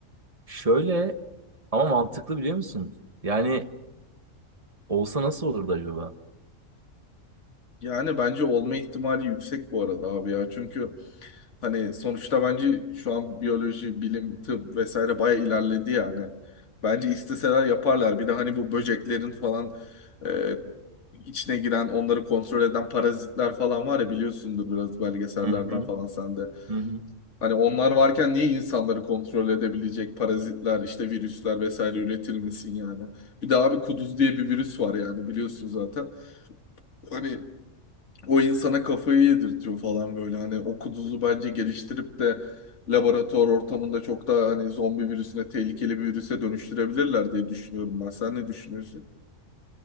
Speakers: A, on the right; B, on the left.
A: Şöyle ama mantıklı biliyor musun? Yani olsa nasıl olurdu acaba?
B: Yani bence olma ihtimali yüksek bu arada abi ya. Çünkü Hani sonuçta bence şu an biyoloji, bilim, tıp vesaire baya ilerledi yani. Bence isteseler yaparlar. Bir de hani bu böceklerin falan e, içine giren, onları kontrol eden parazitler falan var ya biliyorsundur biraz belgesellerden
A: Hı hı,
B: falan sen de.
A: hı hı.
B: Hani onlar varken niye insanları kontrol edebilecek parazitler, işte virüsler vesaire üretilmesin yani. Bir de abi kuduz diye bir virüs var yani biliyorsun zaten. Hani o insana kafayı yedirtiyor falan böyle. Hani o kuduzu bence geliştirip de laboratuvar ortamında çok daha hani zombi virüsüne tehlikeli bir virüse dönüştürebilirler diye düşünüyorum ben. Sen ne düşünüyorsun?